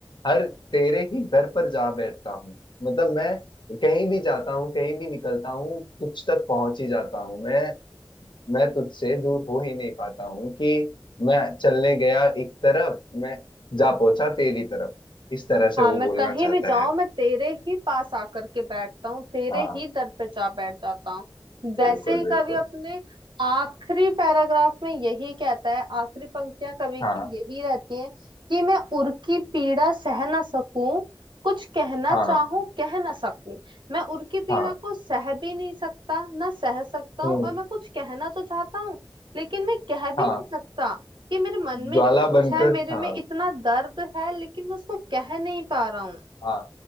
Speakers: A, on the left; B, on the right.
A: हर तेरे ही दर पर जा बैठता हूँ मतलब मैं कहीं भी जाता हूँ कहीं भी निकलता हूँ तुझ तक पहुंच ही जाता हूँ मैं मैं तुझसे दूर हो ही नहीं पाता हूँ कि मैं चलने गया एक तरफ मैं जा पहुंचा तेरी तरफ इस तरह से
B: हाँ
A: वो
B: मैं
A: बोलना
B: कहीं
A: चाहता
B: भी जाऊं
A: है
B: मैं तेरे ही पास आकर के बैठता हूँ तेरे
A: हाँ
B: ही दर पे जा बैठ जाता हूँ
A: बिल्कुल
B: वैसे ही
A: बिल्कुल
B: कवि अपने आखिरी पैराग्राफ में यही कहता है आखिरी पंक्तियां कवि
A: हाँ
B: की यही रहती हैं कि मैं उर की पीड़ा सह ना सकूं कुछ कहना
A: हाँ
B: चाहूं कह ना सकूं मैं उर की पीड़ा
A: हाँ
B: को सह भी नहीं सकता ना सह सकता हूँ
A: हम्म
B: और मैं कुछ कहना तो चाहता हूँ लेकिन मैं कह भी
A: हाँ
B: नहीं सकता कि मेरे मन में
A: ज्वाला
B: इतना
A: बनकर
B: कुछ है मेरे
A: हाँ
B: में इतना दर्द है लेकिन मैं उसको कह नहीं पा रहा हूँ
A: हाँ